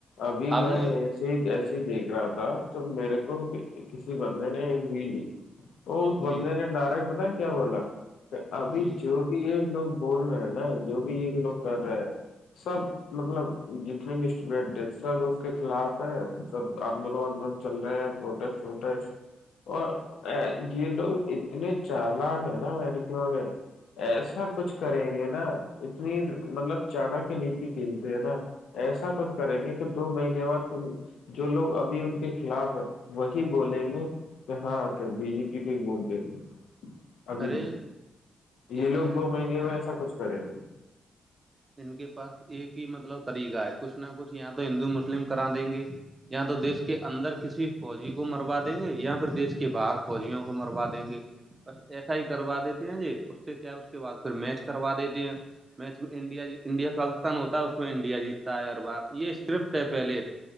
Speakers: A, on the left; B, on the right.
A: ابھی
B: آپ
A: میں
B: نے
A: ہی ایسے ہی دیکھ رہا تھا توب میرے کو کسی بندے نے ایک ریل بھی وہ اس بندے
B: جی
A: نے ڈائریکٹ بتایا کیا بولا کہ ابھی
B: جی
A: جو بھی یہ لوگ بول رہے ہیں نا جو بھی یہ لوگ کر رہے ہیں سب مطلب جتنے بھی اسٹوڈینٹ ہے سب اس کے خلاف ہے سب آندولن آندولن چل رہے ہیں پروٹیسٹ اٹ ہے اور جڈ اتنے چلا گینا مکے ایسا کچھ کریں گے نا اتنی مطلب چڑک نیتی چنتے ہیں نا ایسا کچھ کریں گے کہ دو مہینے بعد جو لوگ ابھی ان کے خلاف ہے وہی بولیں گے کہ ہاں کیا بی پی کائی ووٹ دیےتے ابھی
B: ارے
A: بھی یہ لوگ
B: کیا ہے
A: دو
B: کہ
A: مہینے
B: بھائی جان
A: میں ایسا کچھ کریں گے
B: ان کے پاس ایک ہی مطلب طریقہ ہے کچھ نہ کچھ یہاں تو ہندو مسلم کرا دیں گے یا تو دیش کے اندر کسی فوجی کو مروا دیں گے یا پھر دیش کے باہر فوجیوں کو مروا دیں گے ب ایسا ہی کروا دیتے ہیں جی اس سے کیا اس کے بعد پ میچ کروا دیتے ہیں میچ انڈیا انڈیا پاکستان ہوتا ہے اس میں انڈیا جیتتا ہے ہر بار یہ اسکرپٹ ہے پہلے